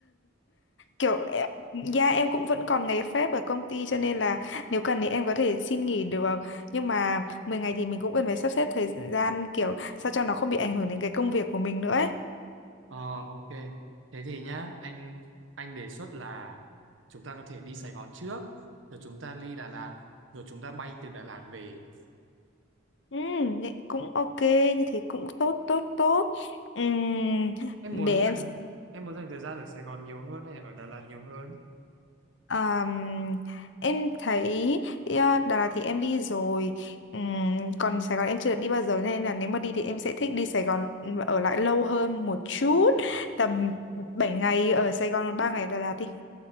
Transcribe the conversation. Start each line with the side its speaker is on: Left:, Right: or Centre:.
Left: kiểu em- dạ em cũng vẫn còn ngày phép ở công ty cho nên là nếu cần thì em có thể xin nghỉ được nhưng mà 10 ngày thì mình cũng cần phải sắp xếp thời gian kiểu sao cho nó không bị ảnh hưởng đến cái công việc của mình nữa ấy
Right: Ờ ok. Thế thì nhá, anh anh đề xuất là chúng ta có thể đi Sài Gòn trước, rồi chúng ta đi Đà Lạt, rồi chúng ta bay từ Đà Lạt về.
Left: ừ, cũng ok như thế cũng tốt tốt tốt Ừm,
Right: Em
Left: để
Right: muốn
Left: em
Right: dành em muốn dành thời gian ở Sài Gòn nhiều hơn hay ở Đà Lạt nhiều hơn?
Left: Ờm, em thấy ờ, Đà Lạt thì em đi rồi Ừm, còn Sài Gòn em chưa được đi bao giờ nên là nếu mà đi thì em sẽ thích đi Sài Gòn và ở lại lâu hơn một chút tầm 7 ngày ở Sài Gòn 3 ngày ở Đà Lạt đi